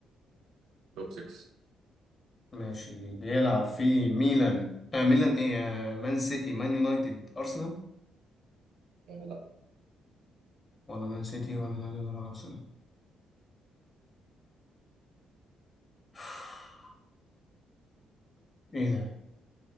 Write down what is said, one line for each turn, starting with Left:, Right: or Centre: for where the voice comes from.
Right: توب 6
Left: ماشي بيلعب في ميلان آه ميلان ايه آه. مان سيتي مان يونايتد ارسنال
Right: آه لا
Left: ولا مان سيتي ولا يونايتد ولا ارسنال <sighs> ايه ده